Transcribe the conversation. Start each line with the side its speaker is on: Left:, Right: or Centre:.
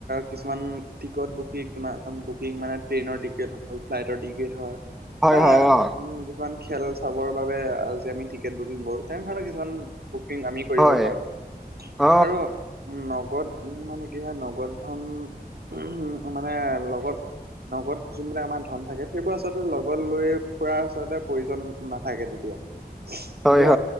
Right: কিছুমান টিকট বুকিং তোমাৰ বুকিং মানে ট্ৰেইনৰ টিকেট হক ফ্লাইটৰ টিকেট হক।
Centre: হয়
Right: বা
Centre: হয় অ
Right: উম কিছুমান। খেল চাবৰ বাবে যি আমি টিকেট বুকিং কৰো তেনে ধৰণৰ কিছুমান বুকিং আমি। কৰিব
Centre: হয়
Right: পাৰো
Centre: অ
Right: আৰু নগদ মানে কি হয় নগদ ধন। উম মানে লগত।
Centre: <inaudible>
Right: নগদ যোনবিলাক আমাৰ ধন থাকে সেইবোৰ আচলতে লগত লৈ ফুৰা আচলতে প্ৰয়োজন নাথাকে তেতিয়া। চু
Centre: হয়
Right: এতিয়া
Centre: হয়